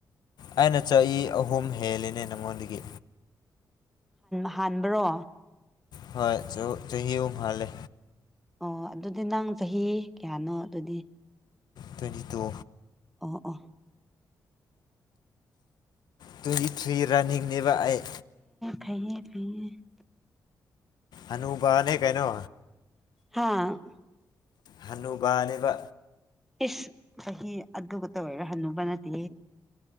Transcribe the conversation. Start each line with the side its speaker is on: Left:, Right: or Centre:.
Left: ꯑꯩꯅ ꯆꯍꯤ ꯑꯍꯨꯝ ꯍꯦꯜꯂꯤꯅꯦ ꯅꯪꯉꯣꯟꯗꯒꯤ
Centre: ꯍꯥꯟꯕ꯭ꯔꯣ
Left: ꯍꯣꯏ ꯆ ꯆꯍꯤ ꯎꯍꯂꯦ
Centre: ꯑꯣ ꯑꯗꯨꯗꯤ ꯅꯪ ꯆꯍꯤ ꯀꯌꯥꯅꯣ ꯑꯗꯨꯗꯤ
Left: ꯇ꯭ꯋꯦꯟꯇꯤ ꯇꯨ
Centre: ꯑꯣ ꯑ
Left: ꯇ꯭ꯋꯦꯟꯇꯤ ꯊ꯭ꯔꯤ ꯔꯥꯅꯤꯡꯅꯦꯕ ꯑꯩ
Centre: ꯈꯥꯏꯌꯦꯦ ꯄꯤꯦ
Left: ꯑꯅꯨꯕꯅꯦ ꯀꯩꯅꯣ
Centre: ꯍꯥ
Left: ꯍꯅꯨ ꯄꯅꯦꯕ
Centre: ꯏꯁ ꯆꯍꯤ ꯑꯗꯨꯛꯇ ꯑꯣꯏꯔ ꯍꯟꯅꯨꯕ ꯅꯠꯇꯦ